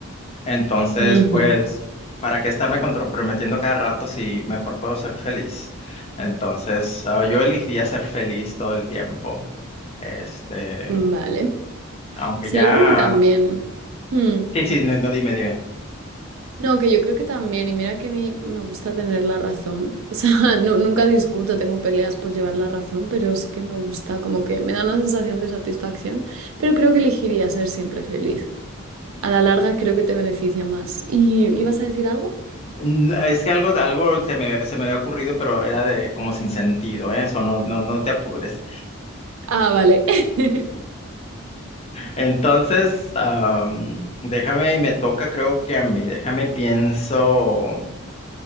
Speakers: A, on the left; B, on the right.
A: Entonces,
B: Ujú.
A: pues, ¿para qué estarme comprometiendo cada rato si mejor puedo ser feliz? Entonces, ah, yo elegiría ser feliz todo el tiempo. Este,
B: Vale.
A: aunque
B: Sí,
A: ya...
B: yo creo que también. Hmm.
A: Sí, sí, no, no, dime, dime.
B: No, que yo creo que también, y mira que a mí me gusta tener la razón. <laughs> O sea, nu- nunca discuto, tengo peleas por llevar la razón, pero sí que me gusta, como que me da una sensación de satisfacción, pero creo que elegiría ser siempre feliz. A la larga creo que te beneficia más. ¿Y ibas a decir algo?
A: N- Es que algo, algo se me, se me había ocurrido, pero era de como sin sentido, ¿eh? Eso no, no, no te apures.
B: Ah, vale. <laughs>
A: Entonces, am, déjame y me toca, creo que a mí, déjame y pienso